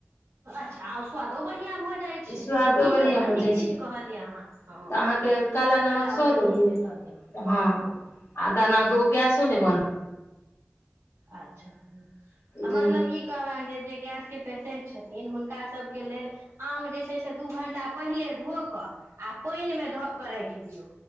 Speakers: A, on the right (about 70°); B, on the left (about 75°).
A: अच्छा आ स्वादो बढ़ियां भ जै जाय छै
B: स्वादो
A: हँ इ
B: बढ़िआँ
A: त बड़
B: भऽ
A: निक
B: जाइ
A: चिज
B: छै
A: कहलिये आहा हँ
B: तऽ अहाँके नमक
A: काला
B: सेहो
A: वला
B: दऽ
A: नून
B: दियौ
A: जे द हाँ
B: हँ
A: हाँ
B: आ न तो गैसो नहि बन <unintelligible>
A: अच्छा तऽ मतलब
B: जे
A: ई कहबाक जे जे गैस के पेशेन्ट छथिन हुनकासबके लेल आम जे छै से दू घण्टा पहिले धो कऽ आ पाइन मे धऽ के राखि दियौ